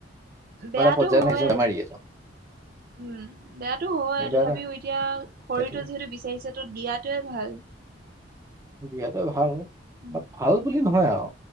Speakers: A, on the right; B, on the right.
A: এনেকুৱা
B: বেয়াটো
A: এটা পৰ্যায়ত
B: হয়ে।
A: সেইজন বেমাৰী এজন
B: উম, বেয়াতো হয়
A: এনেকুৱা
B: তথাপিও
A: এটা
B: এতিয়া শৰীৰটোয়ে
A: সেইটোৱে
B: যিহেতু বিচাৰিছে। টো দিয়াতোৱে ভাল।
A: দিয়াটোৱে ভাল
B: উম
A: বা ভাল বুলি নহয় আও।